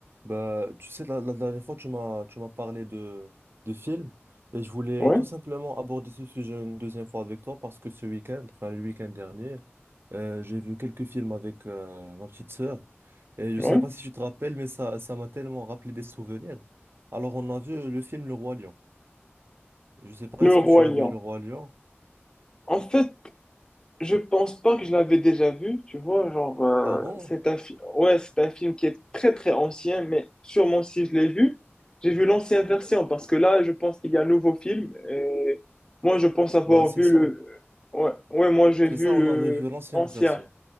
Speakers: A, on the right; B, on the left.
A: Bah, tu sais, la, la dernière fois, tu m'as, tu m'as parlé de, de films et je voulais
B: Ouais,
A: tout simplement aborder ce sujet une deuxième fois avec toi parce que ce week-end, enfin le week-end dernier, euh, j'ai vu quelques films avec euh, ma petite sœur et je
B: ouais.
A: sais pas si tu te rappelles, mais ça, ça m'a tellement rappelé des souvenirs. Alors, on a vu le film Le Roi Lion. Je sais pas,
B: Le
A: est-ce
B: Roi
A: que tu as
B: Lion.
A: vu Le Roi Lion?
B: En fait, je pense pas que je l'avais déjà vu, tu vois, genre, euh,
A: Ah bon?
B: c'est un, fi- ouais, c'est un film qui est très très ancien, mais sûrement si je l'ai vu, j'ai vu l'ancienne version, parce que là, je pense qu'il y a un nouveau film, et moi, je pense avoir
A: Moi, c'est
B: vu
A: ça.
B: le, ouais, ouais, moi, j'ai
A: C'est
B: vu
A: ça,
B: le
A: on avait vu l'ancienne
B: ancien.
A: version.